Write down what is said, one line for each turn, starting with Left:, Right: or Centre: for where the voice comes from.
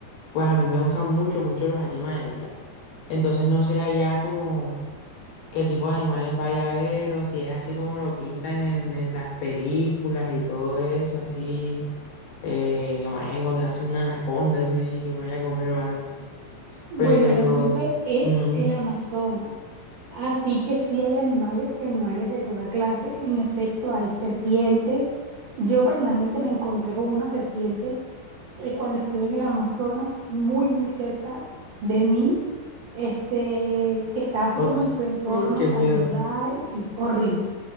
Left: pues, a mí me gustan mucho, mucho los animales ya. Entonces, no sé allá como qué tipo de animales vaya a haber o si es así como lo pintan en, en las películas y todo eso, así eh, que me vaya a encontrarse una anaconda, así que me vaya a comer o algo.
Right: Bueno,
Left: Pero,
Right: realmente es
Left: ujú,
Right: el Amazonas. Así que sí hay animales y animales de toda clase. En efecto, hay serpientes. Yo personalmente me encontré con una serpiente eh, cuando estuve en el Amazonas, muy, muy cerca de mí, este, que estaba así
Left: oh,
Right: como en su entorno
Left: uy, qué
Right: salvaje,
Left: miedo.
Right: sí, horrible.